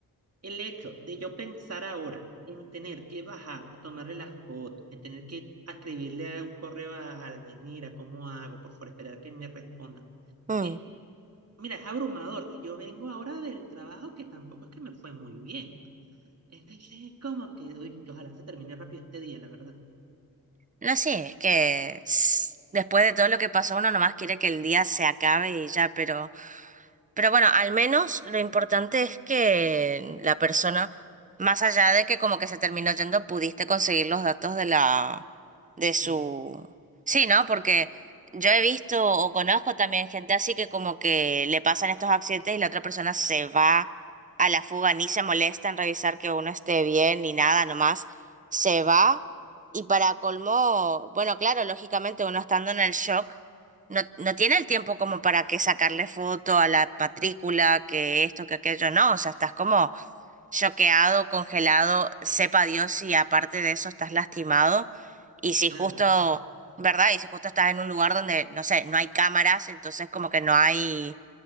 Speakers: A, on the right (about 45°); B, on the right (about 20°).
A: el hecho de yo pensar ahora en tener que bajar a tomarle las fotos, en tener que a escribirle a un correo a alguien, mira, ¿cómo hago? Por favor, esperar que me respondan.
B: Mm.
A: Es, mira, es abrumador y yo vengo ahora del trabajo que tampoco es que me fue muy bien. Entonces es como que, uy, que ojalá se termine rápido este día, la verdad.
B: No, sí, es que tss, después de todo lo que pasó, uno nomás quiere que el día se acabe y ya, pero... Pero bueno, al menos lo importante es que la persona, más allá de que como que se terminó yendo, pudiste conseguir los datos de la, de
A: Sí.
B: su... Sí, ¿no? Porque yo he visto o conozco también gente así que como que le pasan estos accidentes y la otra persona se va a la fuga, ni se molesta en revisar que uno esté bien ni nada, nomás se va. Y para colmo, bueno, claro, lógicamente uno estando en el shock. No, no tiene el tiempo como para que sacarle foto a la matrícula, que esto, que aquello, no. O sea, estás como choqueado, congelado, sepa Dios si aparte de eso estás lastimado. Y si justo,
A: Claro,
B: ¿verdad? Y si justo estás en un lugar donde, no sé, no hay cámaras, entonces como que no hay,